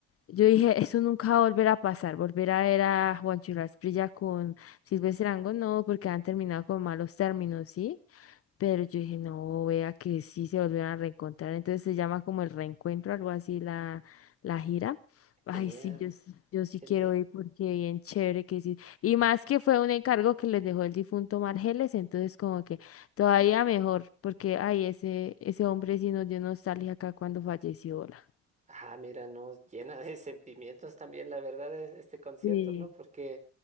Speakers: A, on the left; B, on the right.
A: yo dije, <laughs> eso nunca va a volver a pasar, volver a ver a Juan Churras Prilla con Silvestre Angón, no, porque han terminado con malos términos, ¿sí? Pero yo dije, no, vea que sí se volvieron a reencontrar. Entonces se llama como el reencuentro, algo así, la, la gira. Ay,
B: Genial,
A: sí, yo, sí- yo sí
B: genial.
A: quiero ir porque bien chévere que sí. Y más que fue un encargo que les dejó el difunto Margeles, entonces como que todavía mejor, porque ay, ese, ese hombre sí nos dio nostalgia acá cuando falleció. hola.
B: Ah, mira, no, llena de <laughs> sentimientos también, la verdad, es este concierto,
A: Sí,
B: ¿no? Porque,